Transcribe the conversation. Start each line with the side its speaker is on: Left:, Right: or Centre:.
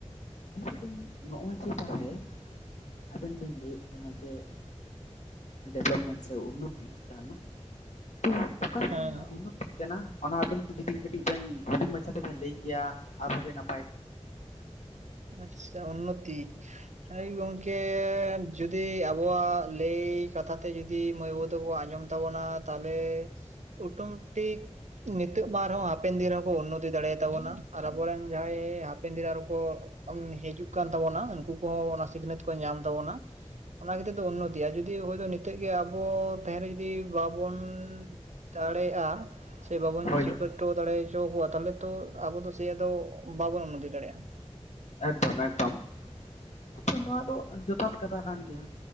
Left: ᱢᱮᱱᱫᱟᱞᱤᱧ ᱱᱚᱜᱼᱚᱭ ᱡᱮ ᱛᱟᱦᱚᱞᱮ ᱟᱵᱮᱱ ᱵᱮᱱ ᱞᱟᱹᱭᱮᱫ ᱛᱟᱦᱮᱱᱟ ᱡᱮ-ᱼ ᱰᱮᱵᱷᱞᱚᱯᱢᱮᱱᱴ ᱥᱮ ᱩᱱᱱᱚᱛᱤᱜ ᱠᱟᱱᱟ᱾ ᱛᱚ ᱚᱠᱟ ᱞᱮᱠᱟᱱᱟᱜ
Right: ᱦᱮᱸ
Left: ᱩᱱᱱᱚᱛᱤᱜ ᱠᱟᱱᱟ ᱚᱱᱟ ᱟᱵᱮᱱ ᱡᱩᱫᱤ ᱠᱟᱹᱴᱤᱡ ᱵᱮᱱ ᱦᱩᱰᱤᱧ ᱢᱟᱪᱷᱟ ᱛᱮᱵᱮᱱ ᱞᱟᱹᱭ ᱠᱮᱭᱟ ᱟᱨᱦᱚᱸᱜᱮ ᱱᱟᱯ
Right: ᱟᱪᱪᱷᱟ ᱩᱱᱱᱚᱛᱤ᱾ ᱦᱳᱭ ᱜᱚᱢᱠᱮ ᱡᱩᱫᱤ ᱟᱵᱚᱣᱟᱜ ᱞᱟᱹᱭ ᱠᱟᱛᱷᱟ ᱛᱮ ᱡᱩᱫᱤ ᱢᱟᱹᱭ ᱵᱟᱹᱵᱩ ᱛᱟᱠᱚ ᱟᱸᱡᱚᱢ ᱛᱟᱵᱚᱱᱟ ᱛᱟᱦᱚᱞᱮ ᱚᱴᱳᱢᱮᱴᱤᱠ ᱱᱤᱛᱳᱜ ᱵᱟᱝ ᱨᱮᱦᱚᱸ ᱦᱟᱯᱮᱱ ᱫᱤᱱ ᱨᱮᱠᱚ ᱩᱱᱱᱚᱛᱤ ᱫᱟᱲᱮᱭᱟᱛᱟᱵᱚᱱᱟ ᱟᱨ ᱟᱵᱚᱨᱮᱱ ᱡᱟᱦᱟᱸᱭ ᱦᱯᱮᱱᱫᱤᱱ ᱨᱮ ᱟᱨᱚ ᱠᱚ ᱩᱸᱢ ᱦᱤᱡᱩᱜ ᱠᱟᱱ ᱛᱟᱵᱚᱱᱟ ᱩᱱᱠᱩ ᱠᱚᱦᱚᱸ ᱚᱱᱟ ᱥᱤᱠᱷᱱᱟᱹᱛ ᱠᱚ ᱧᱟᱢ ᱛᱟᱵᱚᱱᱟ᱾ ᱚᱱᱟ ᱠᱷᱟᱛᱤᱨ ᱫᱚ ᱩᱱᱱᱚᱛᱤᱼᱟ ᱡᱩᱫᱤ ᱦᱳᱭ ᱫᱚ ᱱᱤᱛ ᱱᱤᱛᱳᱜ ᱜᱮ ᱟᱵᱚ ᱛᱟᱦᱮᱧ ᱨᱮ ᱡᱩᱫᱤ ᱵᱟᱵᱚᱱ ᱫᱟᱲᱮᱭᱟᱜᱼᱟ ᱥᱮ ᱵᱟᱵᱚᱱ
Left: ᱦᱳᱭ
Right: ᱪᱤᱠᱟᱹ
Left: ᱦᱳᱭ
Right: ᱦᱚᱴᱚ ᱫᱟᱲᱮᱦᱚᱪᱚ ᱠᱚᱣᱟ ᱛᱟᱦᱚᱞᱮ ᱛᱚ ᱟᱵᱚ ᱫᱚ ᱥᱮ ᱟᱫᱚ ᱵᱟᱵᱚᱱ ᱩᱱᱱᱚᱛᱤ ᱫᱟᱲᱮᱜᱼᱟ᱾
Left: ᱮᱠᱫᱚᱢ ᱮᱠᱫᱚᱢ᱾ ᱛᱚ ᱱᱚᱣᱟ ᱫᱚ ᱡᱚᱛᱷᱟᱛ ᱠᱟᱛᱷᱟ ᱠᱟᱱ ᱜᱮᱭᱟ